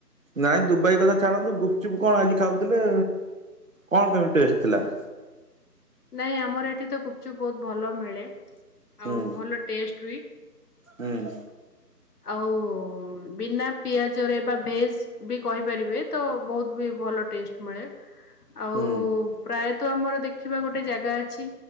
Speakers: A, on the right (about 55°); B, on the left (about 65°).
A: ନାଇଁ ଦୁବାଇ କଥା ଛାଡନ୍ତୁ ଗୁପଚୁପ୍ କଣ ଆଜି ଖାଉଥିଲେ। କଣ କେମିତି ଟେଷ୍ଟ ଥିଲା। <inaudible>
B: ନାଇଁ ଆମର ଏଠି ତ ଗୁପଚୁପ୍ ବହୁତ ଭଲ ମିଳେ।
A: ହୁଁ
B: ଆଉ ଭଲ ଟେଷ୍ଟ ବି।
A: ହୁଁ
B: ଆଉ ବିନା ପିଆଜରେ ବା ଭେଜ ବି କହିପାରିବେ ତ ବହୁତ ବି ଭଲ ଟେଷ୍ଟ ମିଳେ ଆଉ
A: ହୁଁ
B: ପ୍ରାୟତଃ ଆମର ଦେଖ ଦେଖିବା ଗୋଟେ ଜାଗା ଅଛି